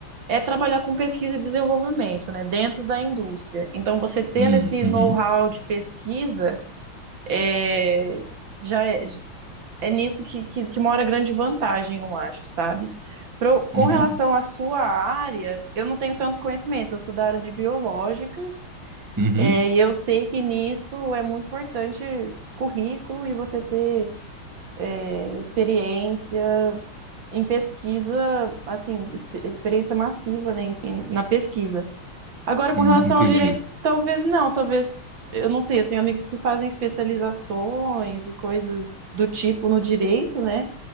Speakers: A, on the right (about 65°); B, on the right (about 20°).
A: é trabalhar com pesquisa e desenvolvimento, né, dentro da indústria. Então, você tendo
B: Hum,
A: esse
B: uhum,
A: know-how de pesquisa, é, já é, é nisso que, que, que mora grande vantagem, eu acho, sabe? Pro- com
B: uhum,
A: relação à sua área, eu não tenho tanto conhecimento, eu sou da área de biológicas,
B: uhum,
A: é, e eu sei que nisso é muito importante currículo e você ter é, experiência em pesquisa, assim, ex- experiência massiva, né, em- em- na pesquisa. Agora,
B: hum,
A: com relação
B: entendi.
A: ao direito, talvez não, talvez, eu não sei, eu tenho amigos que fazem especializações e coisas do tipo no direito, né,